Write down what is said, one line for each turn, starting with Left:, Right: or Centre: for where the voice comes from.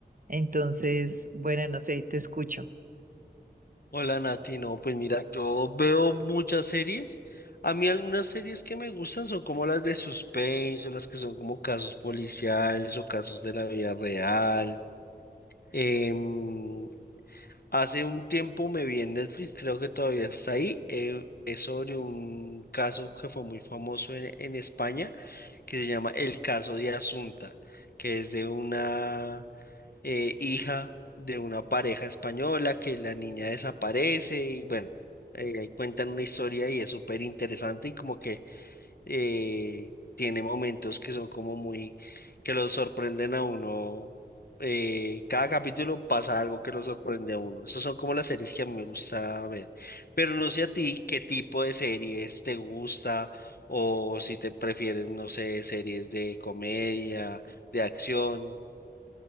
Right: Entonces, bueno, no sé, te escucho.
Left: Hola Nati, no, pues mira, yo veo muchas series. A mí algunas series que me gustan son como las de suspenso, las que son como casos policiales o casos de la vida real. Em, hace un tiempo me vi en Netflix, creo que todavía está ahí. eh, es sobre un caso que fue muy famoso en en España que se llama El caso de Asunta, que es de una eh, hija de una pareja española que la niña desaparece y bueno, eh, cuentan una historia y es súper interesante y como que eh, tiene momentos que son como muy, que los sorprenden a uno. eh, cada capítulo pasa algo que lo sorprende a uno. Esas son como las series que a mí me gusta ver. Pero no sé a ti qué tipo de series te gusta o si te prefieres, no sé, series de comedia, de acción.